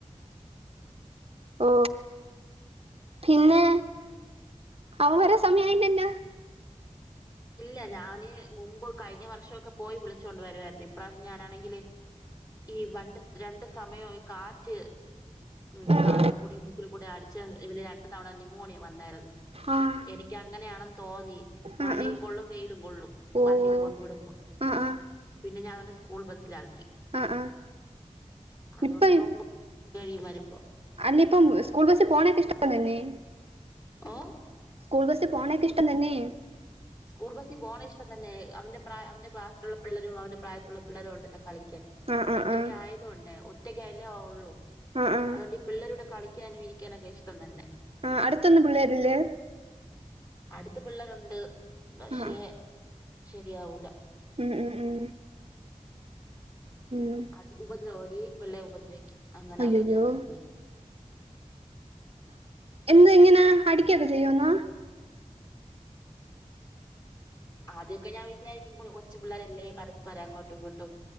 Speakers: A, on the left; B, on the right.
A: ആഹ് ആഹ്
B: ഓ പിന്നെ അവൻ വരാൻ
A: പിന്നെ
B: സമയായില്ലല്ലോ
A: ഇല്ല ഞാന് മുമ്പ് കഴിഞ്ഞ വർഷംക്കെ പോയി വിളിച്ചോണ്ട് വരുവായിരുന്നു ഇപ്രാവശ്യം ഞാനാണെങ്കില് ഈ വണ്ട് രണ്ട് സമയം ആയ കാറ്റ് മു
B: ആ
A: കാതിൽ കൂടി മൂക്കില് കൂടി അടി ച്ച് ഇവന് രണ്ടു തവണ നിമോണിയ വന്നായിരുന്നു
B: ആഹ്
A: എനിക്ക്ങ്ങനെയാണെന്ന് തോന്നി മഴയും
B: ആഹ് ആഹ്
A: കൊള്ളും വെയിലും കൊള്ളും
B: ഓഹ്
A: വണ്ടിൽ കൊണ്ടു വിടുമ്പോ
B: ആഹ് ആഹ്
A: പിന്നെ ഞാൻ അവന്റെ സ്കൂൾ ബസ്സിലാ ക്കി
B: ആഹ് ആഹ്
A: അതുകൊണ്ടിപ്പോ
B: ഇപ്പം
A: മൂന്നേ മുക്കാല് കഴിയും വരുമ്പോ
B: അല്ല ഇപ്പം സ്കൂൾ ബസ്സിൽ പോണൊക്കെ ഇഷ്ടം തന്നെ
A: ഓ
B: സ്കൂൾ ബസ്സി പോണൊക്കെ ഇഷ്ടം തന്നെ
A: സ്കൂൾ ബസ്സി പോണ ഇഷ്ടം തന്നെ അവന്റെ പ്രായ അവന്റെ ക്ലാസിലുള്ള പിള്ളരും അവന്റെ പ്രായത്തിലുള്ള പിള്ളരും ഉണ്ടല്ലോ കളി ക്കാൻ
B: ആഹ് ആഹ്
A: ഒറ്റക്കായത്
B: ആഹ്
A: കൊണ്ടേ ഒറ്റക്കായാലേ ഒള്ളൂ
B: ആഹ് ആഹ്
A: അതുകൊണ്ട് ഈ പിള്ളേരെ കൂടെ കളി ക്കാനും ഇരിക്കാനൊക്കെ ഇഷ്ടം തന്നെ
B: ആ അടുത്തൊന്നും പിള്ളേരില്ലേ
A: അടുത്ത് പിള്ളേരുണ്ട് പക്ഷേ
B: ആഹ്
A: ശരിയാവൂല
B: ഉം ഉം ഉം ഉം
A: അടി ഉപദ്രവുംടി പിള്ളെ ഉപദ്രവിക്കും അങ്ങനെ
B: അയ്യയ്യോ
A: അതുകൊണ്ട് ഞാൻ വിടൂല്ല
B: എന്ത് എങ്ങനാ അടിക്ക ഒക്കെ ചെയ്യോന്നോ
A: ആദ്യമൊക്കെ ഞാൻ വിചാരിക്കും കൊച്ചു പിള്ളേരല്ലേ പരസ്പരം അങ്ങോട്ടും ഇങ്ങോട്ടും